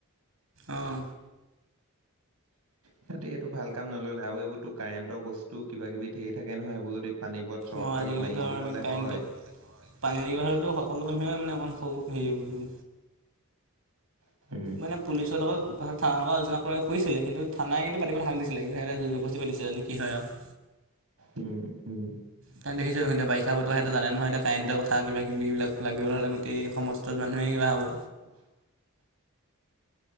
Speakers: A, on the right; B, on the right.
A: অঁ।
B: সিহঁতি এইটো ভাল কাম নল'লে আৰু এইবোৰ তোক কাৰেণ্টৰ বস্তু কিবা-কিবি ধেই থাকে নহয় সেইবোৰ যদি পানীবোৰত চৰ্ট-
A: অঁ আজিকালি
B: তৰ্ত মাৰি
A: ধৰ
B: দিবলে
A: কাৰেণ্টত
B: হয়।
A: পানী লাগিব হ'লেতো সকলো মানুহে মানে অকণ সৰু হেৰি হ'ব তো
B: উম।
A: মানে পুলিচৰ লগত কথাটো, থানাৰ লগত আলোনা কৰি -কৰিছিলে কিন্তু থানাই কিন্তু পাতিবলে সাহস দিছিলে। কিন্তু সিহঁতে যোৰ - জবস্তি পাতিছে বুলি কি হয় আক্
B: উম, উম।
A: তাত দেখিছো এতিয়া বাৰিষা বতৰ হেঁতে জানে নহয়। এতিয়া কাৰেণ্টৰ কথা কিবি- কিবি লাগিব হ'লে গোটেই সমস্ স্ত মানুহে কিবা হ'ব।
B: <unintelligible>